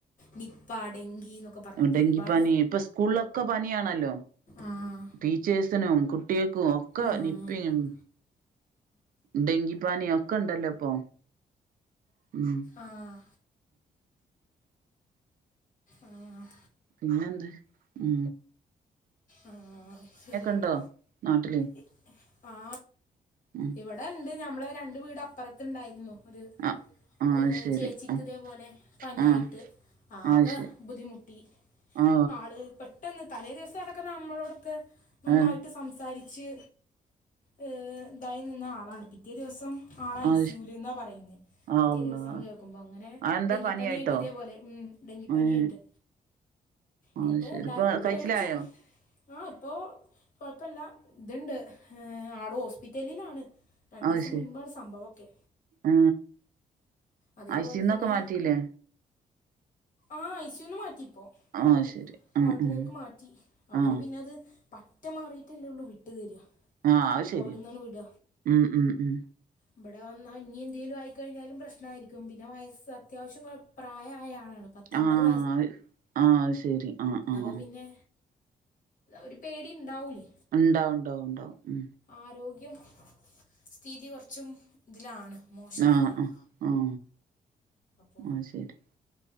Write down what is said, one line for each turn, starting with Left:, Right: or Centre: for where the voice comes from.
Left: നിപ്പ ഡെങ്കി എന്നൊക്കെ പറഞ്ഞിട്ട്
Right: ഡെങ്കിപ്പനി
Left: ഒരുപാട്
Right: ഇപ്പൊ സ്കൂളിലൊക്കെ പനിയാണല്ലോ
Left: ആഹ്
Right: ടീച്ചേഴ്സിനും കുട്ട്യാക്കും ഒക്ക
Left: ആ
Right: നിപ്പേണ് ഡെങ്കിപ്പനീം ഒക്കെണ്ടല്ലോ ഇപ്പൊ ഉം
Left: ആഹ് ആഹ്
Right: പിന്നെന്ത് ഉ
Left: ആ ശരിയാണ്
Right: ഉണ്ടോ നാട്ടില്
Left: ഇ ആ
Right: ഉം
Left: ഇവിടെ ഇവിടെ ഉണ്ട് നഞമ്മള രണ്ട് വീട് അപ്പുറത്തുണ്ടായിരുന്നു ഒരു ഇ
Right: ആ ആ
Left: ഏ
Right: അത് ശരി
Left: ചേച്ചിക്കതേ
Right: ആ
Left: പോലെ പനിയായിട്ട്
Right: ആ
Left: ആകെ
Right: അത് ശരി
Left: ബുദ്ധിമുട്ടി
Right: ആ
Left: ആള് പട്ട പെട്ടെന്ന് തലേ ദിവസടക്കുനമ്മളോടൊക്കെ നന്നായിട്ട്
Right: ഏ
Left: സംസാരിച്ച് ഏ ഇതായി നിന്ന ആളാണ് പിറ്റേ ദിവസം ആളാ
Right: അത്
Left: ഐസൂലന്നാ
Right: ശ
Left: പറയുന്നെ പിറ്റേ
Right: അള്ളാ
Left: ദിവസം കേൾക്കുമ്പോ അങ്ങനെ
Right: അതെന്താ
Left: ഡെങ്കിപ്പനിയായിട്ട്
Right: പനിയായിട്ടോ
Left: ഇതേപോലെ ഉ ഡെങ്കിപ്പനിയായിട്ട്
Right: ഏ അത്
Left: ന്ന്ട്ട്
Right: ശരി
Left: എല്ലാരും
Right: ഇപ്പൊ
Left: ഒന്ന് പേടിച്ചു
Right: കഴിച്ചിലായോ
Left: ആഹ ഇപ്പോകൊഴപ്പില്ല ഇതുണ്ട് ആട് ഹോസ്പിറ്റലിലാണ് രണ്ടീസം
Right: അത് ശരി
Left: മുൻപാണ് സംഭവൊക്കെ
Right: ആ
Left: അതേപോലെ
Right: ഐസിന്നൊക്കെ
Left: തന്നെ
Right: മാറ്റിയില്ലേ
Left: ആ ഐസൂന്ന് മാറ്റിപ്പോ ഇപ്പോ
Right: ആ ശരി ആ
Left: വാർഡിലേക്ക്
Right: ഉം
Left: മാറ്റി അവര്
Right: ആ
Left: പിന്നെ അത് പറ്റ മാറീട്ടല്ലുള്ളു വിട്ടു തര
Right: ആ അത് ശരി
Left: അവിടന്നണ് വിട
Right: ഉം ഉം ഉം
Left: ഇവിടെ വന്ന ഇനിഎന്തേയിലും ആയിക്കഴിഞ്ഞാലും പ്രശ്ന യിരിക്കും പിന്നെ വയസ്സ് അത്യാവശ്യം കൊഴ പ്രായയ ആളാണ് പത്തൊൻപത്
Right: ആഹ ആഹ ആഹ് അ ശരി ആഹ ആഹ
Left: അപ്പോ പിന്നെ ഒരു പേടി ഉണ്ടാവൂലേ
Right: ഉണ്ടാവുണ്ടാവും ഉണ്ടാവും ഉ
Left: ആരോഗ്യം സ്ഥിതി കുറച്ചും ഇതിലാണ് മോശത്തിലാണ്
Right: ആ ആ ആ
Left: അപ്പോ
Right: അത് ശരി